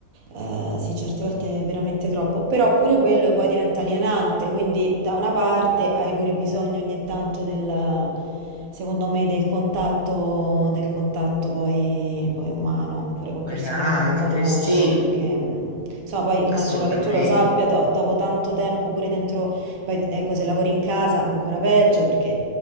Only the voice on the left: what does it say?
gli altri,
sì,
assolutamente.